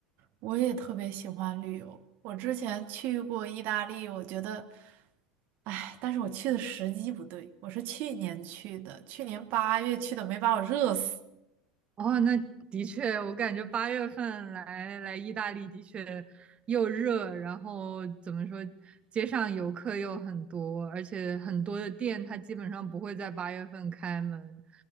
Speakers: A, on the right; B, on the right.
A: 我也特别喜欢旅游，我之前去过意大利，我觉得，哎，但是我去的时机不对，我是去年去的，去年八月去的，没把我热死。
B: 哦，那的确，我感觉八月份来来意大利的确又热，然后怎么说，街上游客又很多，而且很多的店它基本上不会在八月份开门，